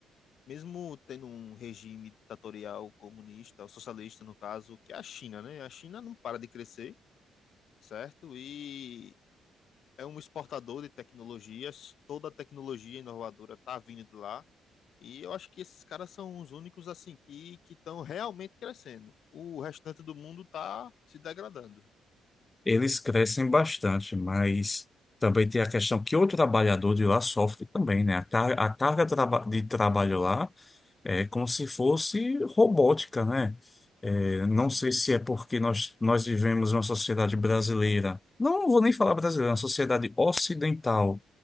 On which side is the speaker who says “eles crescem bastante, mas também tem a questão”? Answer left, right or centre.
Left